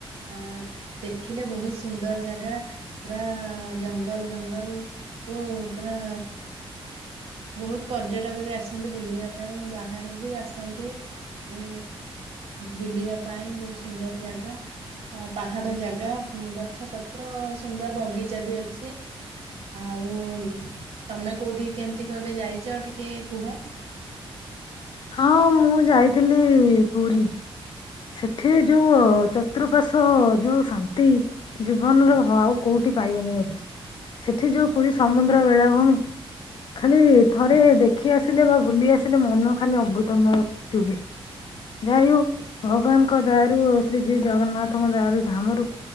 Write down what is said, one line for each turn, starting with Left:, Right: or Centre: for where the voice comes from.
Right: ଅ ଦେଖିଲେ ବହୁତ ସୁନ୍ଦର ଜାଗା। ପୁରା ଜଙ୍ଗଲ ଜଙ୍ଗଲକୁ ପୁରା ବହୁତ ପର୍ଯ୍ୟଟକ ବି ଆସନ୍ତି ବୁଲିବା ପାଇଁ, ବାହାରୁ ବି ଆସନ୍ତି। ଏ ବୁଲିବା ପାଇଁ ବହୁତ ସୁନ୍ଦର ଜାଗା। ଅ ପାହାଡ ଜାଗା ଗଛ, ପତ୍ର ସୁନ୍ଦର ବଗିଚା ବି ଅଛି। ଆଉ ତମେ କୋଉଠି କେମିତି କେବେ ଯାଇଛ ଟିକେ କୁହ?
Left: ହଁ ମୁଁ ଯାଇଥିଲି ପୁରୀ। ସେଠି ଯୋଉ ଚତ୍ରୁପାଶ୍ୱ ଯୋଉ ଶାନ୍ତି ଜୀବନର ଆଉ କୋଉଠି ପାଇବନି ବୋଧେ। ସେଠି ଯୋଉ ପୁରୀ ସମୁଦ୍ର ବେଳାଭୂମି ଖାଲି ଥରେ ଦେଖି ଆସିଲେ ବା ବୁଲି ଆସିଲେ ମନ ଖାଲି ଆମ୍ବୃତମୟ ରୁହେ। ଯାହାବି ହୋଉ ଭଗବାନଙ୍କ ଦୟାରୁ ଶ୍ରୀ ଜି ଜଗନ୍ନାଥଙ୍କ ଦୟାରୁ ଧାମରୁ